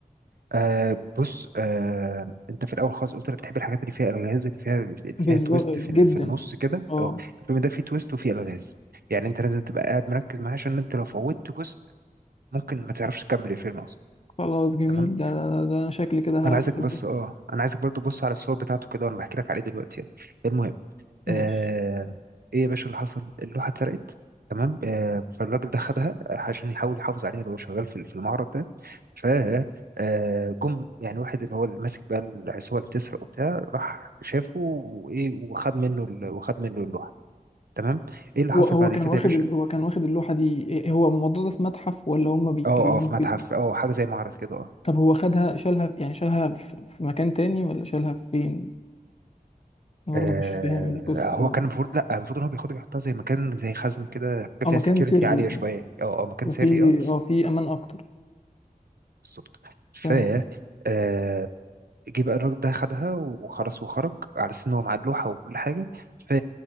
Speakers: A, on the right; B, on the left.
A: آه بص آه انت في الاول خالص قلت انا بتحب الحاجات اللي فيها الغاز اللي فيها اللي
B: بالظبط
A: فيها تويست
B: جدا
A: في ال- في النص كده
B: اه
A: اه الفيلم ده فيه تويست وفيه الغاز يعني انت لازم تبقى قاعد مركز معاه عشان انت لو فوتت جزء ممكن ما تعرفش تكمل الفيلم اصلا
B: خلاص جميل
A: تمام
B: ده ده ده, ده انا شكلي كده
A: انا عايزك
B: هحبه
A: بس اه انا عايزك برضه تبص على الصور بتاعته كده وانا بحكي لك عليه دلوقتي يعني المهم
B: ماشي
A: آه ايه يا باشا اللي حصل اللوحه اتسرقت تمام آه فالراجل ده خدها عشان يحاول يحافظ عليها اللي هو شغال في في المعرض ده ف آه، جم يعني واحد اللي هو اللي ماسك بقى العصابه اللي بتسرق وبتاع راح شافه وايه وخد منه ال- وخد منه اللوحه تمام ايه اللي حصل
B: هو هو
A: بعد
B: كان
A: كده
B: واخد
A: يا باشا
B: ال... هو كان واخد اللوحة دي إيه- هو الموضوع ده في متحف ولا هما بيتكلموا
A: اه اه في متحف
B: فين
A: اه حاجه زي معرض كده اه
B: طب هو خدها شالها يعني شالها في, في مكان تاني ولا شالها فين انا
A: آه،
B: برضه مش فاهم القصة
A: هو كان المفروض لا المفروض ان هو بياخدها بيحطها زي مكان زي خزنه كده حاجه
B: اه
A: فيها
B: مكان
A: سكيورتي
B: سري
A: عاليه شويه
B: يعني
A: اه اه مكان
B: وفي
A: سري اه
B: اه في امان اكتر
A: بالظبط ف
B: تمام
A: آه، جه بقى الراجل ده خدها وخلاص وخرج على أساس إن هو معاه اللوحة وكل حاجة ف